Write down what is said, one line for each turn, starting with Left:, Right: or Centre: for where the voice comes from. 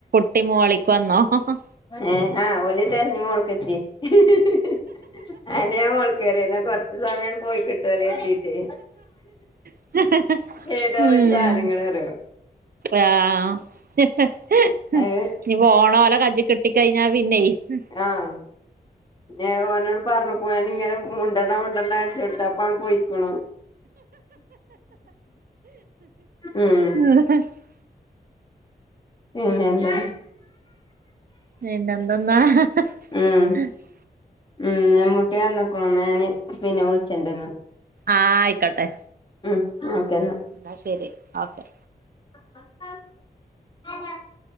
Right: കുട്ടി മോളിക്ക് വന്നോ ഹ ഹ
Left: ഏഹ ആഹ് ഓല് തെരഞ്ഞ് മോളിക്കെത്തി. <inaudible> അയെന്നെ ഞാൻ മോളിക്ക് കയറിയെ ഇന്നാ കൊർ ച്ച് സമയങ്ങട്ട് പോയി കിട്ടല്ലോ എന്ന് കരതിട്ടേ
Right: <inaudible>
Left: ഏതാ
Right: ഉം
Left: ഓര് സാനങ്ങറിയോ
Right: ആഹ് ഇനിയിപ്പോ
Left: അത്
Right: ഫോണ് ഒരേ കജ്ജി കിട്ടി കഴിഞ്ഞാ പിന്നെയ മ്
Left: ആഹ് ഞ ഓനോട് പറഞ്ഞുക്കണ് ഞാൻ ഇങ്ങനെ മുണ്ടണ്ണ്ട മുണ്ടണ്ട ന്ജയച്ചു കൊടുത്തു അപ്പ അങ്ങട് പൊയിക്കണ് ഉം <inaudible>
Right: <unintelligible>
Left: പിന്നെയെന്താ?
Right: പിന്നെന്ത്‍ന്ന <unintelligible>
Left: ഉം ഉം ഉമ്മുട്ടി വന്നുക്ണ് എന്ന ഞാന് പിന്നെ വിളിച്ചിണ്ടന്ന്
Right: ആഹ് ആയിക്കോട്ടെ
Left: ഉം ഒക്കെന്നാ
Right: ന്നാ ശരി ഓക്കെ
Left: <unintelligible>